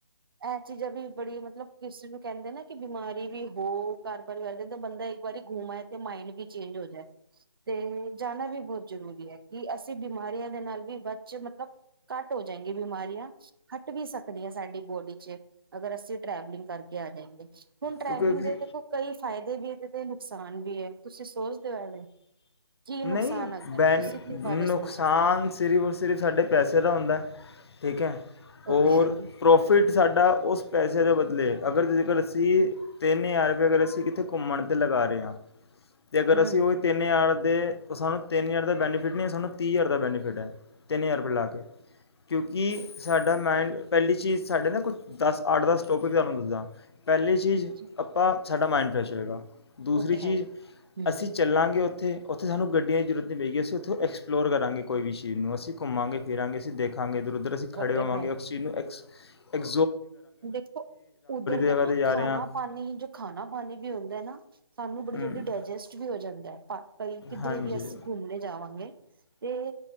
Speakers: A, on the right; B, on the left.
A: ਇਹ ਚੀਜ਼ਾਂ ਵੀ ਬੜੀ ਮਤਲਬ ਕਿਸੇ ਨੂੰ ਕਹਿੰਦੇ ਨਾ ਕਿ ਬਿਮਾਰੀ ਵੀ ਹੋ ਘਰ ਪਰਿਵਾਰ ਦੇ ਬੰਦਾ ਇੱਕ ਵਾਰੀ ਗੁਮ ਆਏ ਤੇ ਮਾਈੰਡ ਵੀ ਚੇਂਜ ਹੋ ਜਾਏ ਤੇ ਜਾਣਾ ਵੀ ਬਹੁਤ ਜ਼ਰੂਰੀ ਹੈ ਕਿ ਅਸੀਂ ਬਿਮਾਰੀਆਂ ਦੇ ਨਾਲ ਵੀ ਬ ਮਤਲਬ ਘੱਟ ਹੋ ਜਾਏਗੀ ਬਿਮਾਰੀਆਂ <inaudible> ਵੀ ਸਕਦੀ ਹ ਸਾਡੀ ਬੋਡੀ ਚ ਅਗਰ ਅਸੀਂ ਟਰੈਵਲਿੰਗ ਕਰਕੇ ਆ ਜਾਗੇ। ਹੁਣ ਟਰੈਵਲਿੰਗ
B: ਕਿਉਂਕਿ
A: ਦੇਖੋ ਕਈ <unintelligible> ਫ਼ਾਇਦੇ ਵੀ ਤੇ ਨੁਕਸਾਨ ਵੀ ਹੈ ਤੁਸੀਂ ਸੋਚਦੇ ਹੋ ਇਹ ਕੀ ਨੁਕਸਾਨ
B: <inaudible>
A: ਹੈਗਾ
B: ਬੈਨ
A: ਨੇ ਤੁਸੀਂ ਕੀ
B: ਨੁਕਸਾਨ
A: ਬਾਰੇ ਸੋਚਦੇ
B: ਸਿਰਫ ਔਰ ਸਿਰਫ ਸਾਡੇ ਪੈਸੇ ਦਾ ਹੁੰਦਾ <inaudible> ਠੀਕ ਹੈ <inaudible>
A: ਹੋ ਉਹ ਤੇ ਹੈ
B: ਰ
A: ਹੀ
B: ਪ੍ਰੋਫਿਟ ਸਾਡਾ ਉਸ ਪੈਸੇ <inaudible> ਬਦਲੇ ਅਗਰ ਜੇਕਰ ਅਸੀਂ ਤਿੰਨ ਹਜ਼ਾਰਪ ਅਗਰ ਅਸੀਂ ਕਿੱਥੇ ਘੁੰਮਣ ਤੇ ਲਗਾ ਰਹੇ ਹਾਂ <inaudible> ਤੇ ਅਗਰ
A: ਹੂੰ।
B: ਅਸੀਂ ਉਹੀ ਤਿੰਨ ਯਾਰ <unintelligible> ਦੇ ਉਹ ਸਾਨੂੰ <unintelligible> ਤਿੰਨ ਹਜ਼ਾਰ ਦਾ ਬੈਨੀਫਿਟ ਨਹੀਂ ਹੈ ਸਾਨੂੰ ਤੀਹ ਹਜ਼ਾਰ ਦਾ ਬੈਨੀਫਿਟ ਹੈ ਤਿੰਨ ਹਜ਼ਾਰ ਰੁਪਏ ਲਾ ਕੇ <unintelligible> ਕਿਉਂਕਿ ਸਾਡਾ ਮਾਇਂਡ <inaudible> ਪਹਿਲੀ ਚੀਜ਼ ਸਾਡੇ ਨਾ ਕੁਛ ਦਸ ਅੱਠ ਦਸ ਟੋਪਿਕ ਤੁਹਾਨੂੰ ਦੱਸਦਾ <unintelligible> ਪਹਿਲੀ ਚੀਜ਼
A: ਅੱਛਾ।
B: ਆਪਾਂ <unintelligible> ਸਾਡਾ ਮਾਇੰਡ ਫਰੈਸ਼ ਹੋਗਾ <unintelligible> ਦੂਸਰੀ
A: ਉਹ ਤੇ ਹੈ
B: ਚੀਜ਼
A: ਹੀ
B: ਅਸੀਂ
A: ਹੂੰ।
B: ਚੱਲਾਂਗੇ ਉੱਥੇ <unintelligible> ਉਥੇ ਸਾਨੂੰ ਗੱਡੀ ਦੀ ਜ਼ੂਰਤ <unintelligible> ਮਗੀ ਅਸੀਂ ਉੱਥੋਂ ਐਕਸਪਲੋਰ ਕਰਾਂਗੇ <unintelligible> ਕੋਈ ਵੀ ਸ਼ਹੀਦ ਨੂੰ ਅਸੀਂ ਘੁੰਮਾਂਗੇ <unintelligible> ਫਿਰਾਂਗੇ ਅ ਦੇਖਾਂਗੇ <unintelligible> ਉੁੱ ਅਸੀ ਖੜੇਵਾਂਗੇਔਕਸੀਜ
A: ਉਹ ਤੇ ਹੈ
B: ਨੂੰ ਐਸ <inaudible> ਇੱਕ
A: <unintelligible> ਦੇਖੋ ਉੱਧਰ ਦਾ
B: ਜਗ੍ਹਾ
A: ਨਾ
B: 'ਤੇ ਜਾ
A: ਖਾਣਾ
B: ਰਹੇ ਹਾਂ
A: ਪਾਣੀ ਜੋ ਖਾਣਾ ਪਾਣੀ ਵੀ ਹੁੰਦਾ ਨਾ <unintelligible> ਸਾਨੂੰ ਬੜੀ
B: ਹਮ,
A: ਜਲਦੀ ਡਾਇਜੈਸਟ ਵੀ ਹੋ ਜਾਂਦਾ ਹੈਈ ਕਿੱਧਰੇ
B: ਹਾਂਜੀ
A: ਵੀ ਅਸੀਂ ਘੁੰਮਣੇ ਜਾਵਾਂਗੇ <unintelligible> ਤੇ